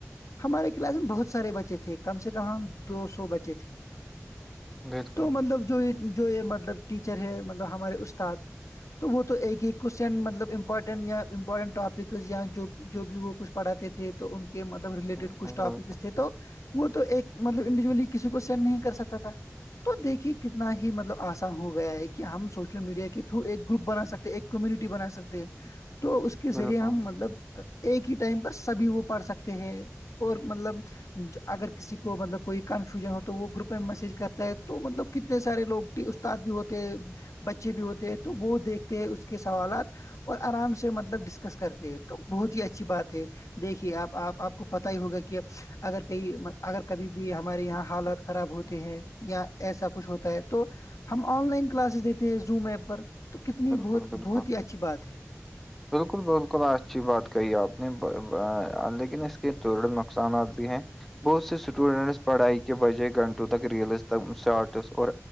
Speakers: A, on the left; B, in the centre.
A: ہمارے کلاس میں بہت سارے بچے تھے کم سے کم ہم دو سو بچے تھے
B: بالکل
A: تو مطلب جو یہ جو یہ مطلب ٹیچر ہے مطلب ہمارے استاد تو وہ تو ایک ہی کوشچن مطلب امپورٹنٹ یا امپورٹنٹ ٹاپک ک یا جو بھی وہ کچھ پڑاتے تھے تو ان کے مطلب ریلیٹڈ
B: بالکل
A: کچھ ٹاپکس
B: بالکل
A: تھے تو وہ تو ایک مطلب انڈیویجلی کسی کو سینڈ نہیں کر سکتا تھا تو دیکے کتنا ہی مطلب آسان ہو گیا ہے کہ ہم سوشل میڈیا کے تھرو ایک گروپ بنا سکتے ہیں ایک کمیونٹی بنا سکتے تو اس کے ذریعے
B: بالکل
A: ہم مطلب ایک ہی ٹائم پر سبھی وہ پڑھ سکتے ہیں اور مطلب ج اگر کسی کو مطلب کوئی کنفیوژن ہو تو وہ گروپ میں میسج کرتا ہے تو مطلب کتنے سارے لگ استاد بھی ہوتے بچے بھی ہوتے ہیں تو وہ دیکھتے ہیں اس کے سوالات اور آرام سے مطلب ڈسکس کرتے ہیں تو بہت ہی اچھی بات ہے دیکھیے آپ آپ آپ کو پتا ہی ہوگا کہ اگر کہئی اگر کبھی بھی ہمارے یہاں حالت خراب ہوتے ہیں یا ایسا کچھ ہوتا ہے تو ہم آن لائن کلاسز دیتے ہیں زوم ایپ پر تو کتنی
B: بالکل
A: ب
B: بالکل
A: بہت ہی اچھی بات ہے
B: بالکل بالکل اچھی بات کہی آپ نے لیکن اس کے دڑ نقصانات بھی ہیں بہت سے اسٹوڈینٹس پڑھائی کے بجائے گھنٹوں تک ریلز تک شارٹس اور